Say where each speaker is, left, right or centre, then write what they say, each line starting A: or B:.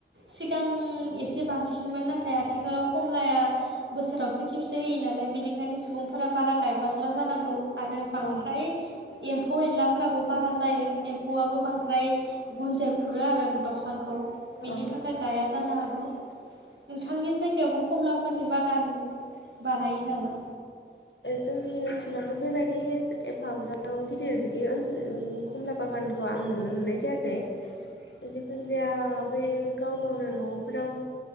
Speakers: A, on the right; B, on the left.
A: सिगां एसे बांसिनमोन नाथाय आथिखालाव खमलाया बोसोरावसो खेबसे होययो नालाय बिनि ओंखायनो सुबुंफोरा बारा गायबांला जानांगौ आरो बांद्राय
B: औ
A: एम्फौ एनला फोराबो बारा जायो एम्फौआबो बांद्राय गुनजेर खुरो आरो दंफांखौ
B: औ
A: बिनि थाखाय गाया जानो हागौ। नोंथांनि जायगायावबो खमलाफोरनि बागान बानायो नामा?
B: जोंनि ओनसोलावथ' बेबायदि एफाग्र गिदिर बिदि ओनसोल कमला बागानखौ आं नुनो मोननाय जायाखै।
A: ए
B: जिखुनु जाया बे गाव गावनो न'फोराव